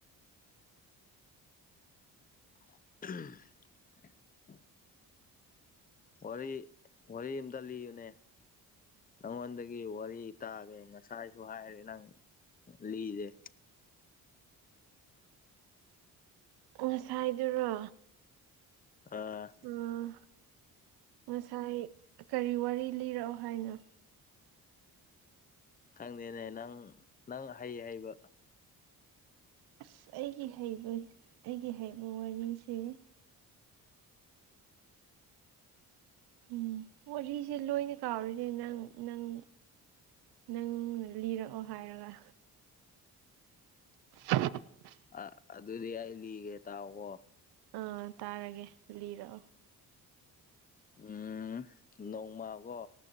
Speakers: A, on the left; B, on the right.
A: <unintelligible> ꯋꯥꯔꯤ ꯋꯥꯔꯤ ꯑꯝꯇ ꯂꯤꯌꯨꯅꯦ꯫ ꯅꯪꯉꯣꯟꯗꯒꯤ ꯋꯥꯔꯤ ꯇꯥꯒꯦ ꯉꯁꯥꯏꯁꯨ ꯍꯥꯏꯔꯦ ꯅꯪ ꯂꯤꯗꯦ꯫
B: ꯉꯁꯥꯏꯗꯨꯔꯣ
A: ꯑꯥ
B: ꯎꯝ ꯉꯁꯥꯏ ꯀꯔꯤ ꯋꯥꯔꯤ ꯂꯤꯔꯛꯑꯣ ꯍꯥꯏꯅꯣ?
A: ꯈꯪꯗꯦꯅꯦ ꯅꯪ ꯅꯪ ꯑꯍꯩ ꯍꯩꯕ
B: ꯑꯁ ꯑꯩꯒꯤ ꯍꯩꯕ ꯑꯩꯒꯤ ꯍꯩꯕ ꯋꯥꯔꯤꯁꯦ ꯎꯝ ꯋꯥꯔꯤꯁꯦ ꯂꯣꯏꯅ ꯀꯥꯎꯔꯤꯅꯦ ꯅꯪ ꯅꯪ ꯅꯪꯅ ꯂꯤꯔꯛꯑꯣ ꯍꯥꯏꯔꯒ <unintelligible>
A: ꯑꯥ ꯑꯗꯨꯗꯤ ꯑꯩ ꯂꯤꯒꯦ ꯇꯥꯎꯀꯣ꯫
B: ꯑꯥ ꯇꯥꯔꯒꯦ ꯂꯤꯔꯛꯑꯣ
A: ꯎꯝ ꯅꯣꯡꯃꯥ ꯀꯣ